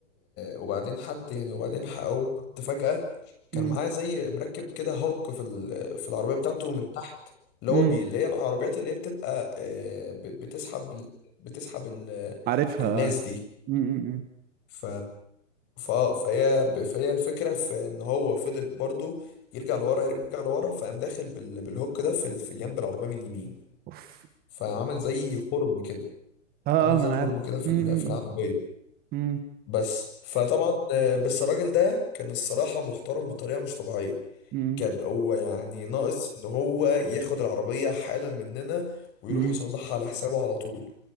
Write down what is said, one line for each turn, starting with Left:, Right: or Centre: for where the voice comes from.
Left: وبعدين حد يعني وبعدين ح- هو كنت فجأة كان
Right: امم
Left: معاه زي مركب كده هوك في ال... في العربية بتاعته من تحت اللي
Right: امم
Left: هو بي اللي هي العربيات اللي هي بتبقى آه، ب- بتسحب بتسحب ال...
Right: عارفها
Left: الناس
Right: آه.
Left: دي
Right: امم امم
Left: ف فاه فهي ب- فهي الفكره في ان هو فضل برضه يرجع لورا يرجع لورا فقام داخل بال... بالهوك ده في, ال- في جنب العربيه من اليمين
Right: اوف
Left: فعمل زي خرم كده
Right: اه
Left: عمل
Right: اه
Left: زي
Right: ما انا
Left: خرم
Right: عارف
Left: كده في
Right: امم
Left: ال... في العربيه
Right: امم
Left: بس فطبعا آه، بس الراجل ده كان الصراحه محترم بطريقه مش طبيعيه
Right: امم
Left: كان هو يعني ناقص ان هو ياخد العربيه حالا مننا ويروح
Right: امم
Left: يصلحها على حسابه على طول